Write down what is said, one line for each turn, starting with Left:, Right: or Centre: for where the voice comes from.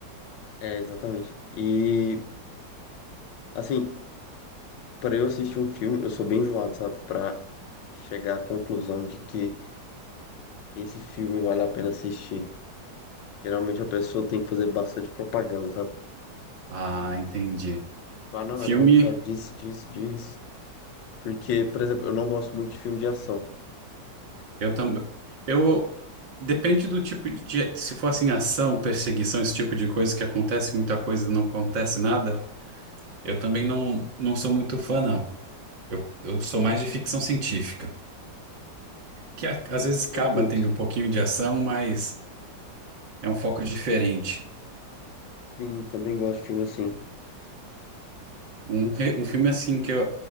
Left: É, exatamente. E, assim, para eu assistir um filme, eu sou bem enjoado, sabe? Para chegar à conclusão de que esse filme vale a pena assistir. Geralmente a pessoa tem que fazer bastante propaganda, sabe?
Right: Ah, entendi.
Left: Falar, não,
Right: Filme,
Left: é bom por causa disso, disso, disso. Porque, por exemplo, eu não gosto muito de filme de ação.
Right: eu também. Eu. Depende do tipo de. Se for assim, ação, perseguição, esse tipo de coisa que acontece muita coisa e não acontece nada, eu também não, não sou muito fã, não. Eu, eu sou mais de ficção científica, que a- às vezes acaba
Left: Também curto.
Right: tendo um pouquinho de ação, mas é um foco diferente.
Left: Sim, também gosto de filme assim.
Right: Um, re- um filme assim que eu.